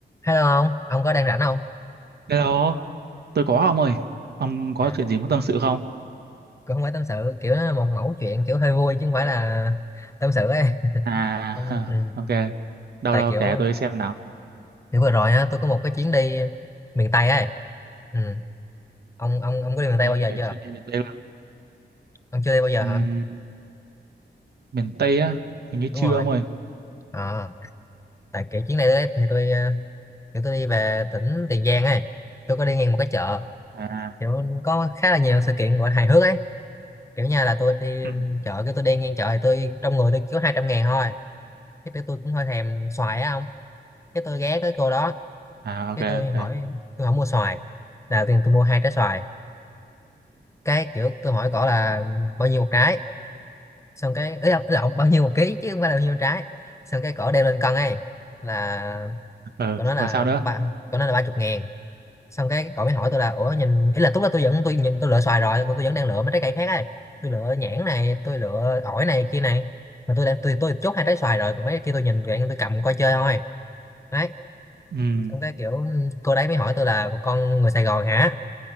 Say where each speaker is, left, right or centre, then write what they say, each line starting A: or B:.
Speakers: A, on the left; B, on the right.
A: Hello ông, ông có đang rảnh không?
B: Hello, tôi có ông ơi. Ông có
A: À,
B: chuyện gì muốn tâm sự không?
A: cũng không phải tâm sự, kiểu nó là một mẫu chuyện kiểu hơi vui chứ không phải là tâm sự ấy. <laughs>
B: À,
A: Ông,
B: hờ,
A: ừ.
B: ok. Đâu
A: Tại
B: đâu
A: kiểu
B: kể tôi xem nào.
A: kiểu vừa rồi á, tôi có một cái chuyến đi miền Tây ấy. Ừ. Ông ông ông có đi miền Tây
B: Như
A: bao giờ
B: là
A: chưa?
B: chuyến đi miền Tây luôn.
A: Ông chưa đi bao giờ
B: Ừm,
A: hả?
B: miền Tây á, hình như
A: Đúng
B: chưa
A: rồi.
B: ông ơi.
A: À, tại kiểu chuyến này đấy thì tôi ờ, kiểu tôi đi về tỉnh Tiền Giang ấy. Tôi có đi ngang một cái chợ,
B: À,
A: kiểu có khá là nhiều sự kiện gọi là hài hước ấy. Kiểu như là tôi đi
B: ừ.
A: chợ cái tôi đi ngang chợ thì tôi trong người tôi chỉ có 200 ngàn thôi. Cái tôi cũng hơi thèm xoài á ông cái tôi ghé tới cô đó
B: à ok
A: cái tôi hỏi
B: ok.
A: tôi không mua xoài là tiền tôi mua hai trái xoài cái kiểu tôi hỏi cổ là bao nhiêu một trái xong cái ấy là, là ông bao nhiêu một ký chứ không phải là bao nhiêu một trái xong cái cổ đeo lên cân ấy là
B: Ừ,
A: cổ nói là
B: rồi sao nữa?
A: ba cổ nói là ba chục ngàn xong cái cổ mới hỏi tôi là ủa nhìn ý là lúc đó tôi vẫn tôi nhìn tôi lựa xoài rồi tôi vẫn đang lựa mấy trái cây khác ấy tôi lựa nhãn này tôi lựa ổi này kia này mà tôi đang tôi tôi chốt hai trái xoài rồi còn mấy cái kia tôi nhìn vậy tôi cầm coi chơi thôi đấy
B: Ừm,
A: xong cái kiểu ừ, cô đấy mới hỏi tôi là con người Sài Gòn hả